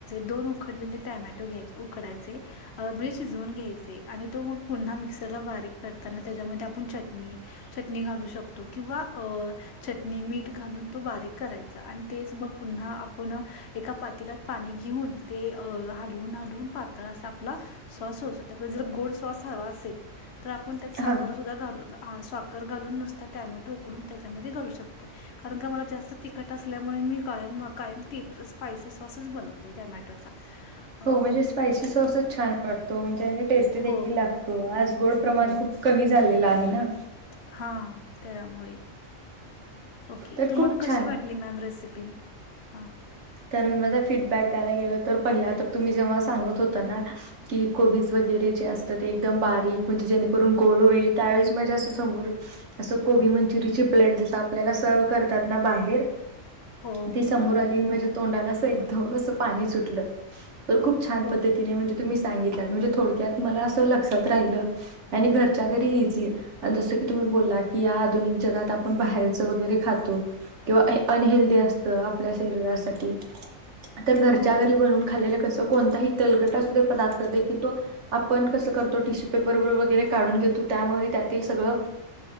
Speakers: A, on the left (about 60°); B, on the right (about 65°).
A: दोन उकडलेले टोमॅटो घ्यायचे उकडायचे भिजवून घ्यायचे आणि तो मग पुन्हा मिक्सरला बारीक करताना त्याच्यामध्ये आपण चटणी चटणी घालू शकतो किंवा अ चटणी मीठ घालून तो बारीक करायचा आणि तेच मग पुन्हा आपण एका, पातीलात पाणी घेऊन ते हलवून हलवून पातळ असा आपला सॉस होत आप जर गोड स्वास हवा असेल तर आपण त्यात साखरसुद्धा
B: हां
A: घालू स्वाखर घालून नसता टॅमॅटो उकडून त्याच्यामध्ये घालू शकतो कारण का मला जास्त तिखट असल्यामुळे. मी कायम न कायम ती स्पायसी सॉसच बनवते टॅमॅटोचा अ
B: हो म्हणजे स्पायसी सॉसच छान वाटतो म्हणजे टेस्टी देखील
A: हो
B: लागतो. आज गोड प्रमाण
A: हो
B: खूप कमी झालेलं आहे ना,
A: हा त्यामुळे, ओके
B: तर
A: तुम्हाला
B: खूप
A: कशी
B: छान
A: वाटली मॅम रेसिपी ह,
B: तर मी माझा फीडबॅक द्यायला गेलो तर पहिला तर तुम्ही जेव्हा सांगत होता ना की कोबीज वगैरे म्हणजे ते असत बारीक म्हणजे जेणेकरून गोल होईल म्हणजे त्यावेळेस अस कोबी मंचुरी ची प्लेट जशी सर्व करतात ना बाहेर
A: हो
B: ती समोर
A: हां,
B: आली म्हणज्या तोंडाला असं एकदम असं पाणी सुट तर खूप छान
A: हो
B: पद्धतीने म्हणे तुम्ही सांग म्हणजे थोड्यात मला अस लक्षात घरच्या घरी इझी आहे आणि जस की तुम्ही बोला की आधुनिक जगात आपण बाहेर बाहेर चा, वगैरे खातो किंवा अनहेल्दी असतं आपल्या शरीरासाठी तर घरच्या
A: हो
B: घरी बनवून खाल्लेलं कस कोणताही, तेलगटा पदार्थ दे तो आपण कस करतो टिश्यूपेपर व वगैरे काढून घेतो त्यामुळे ते तेल सगळं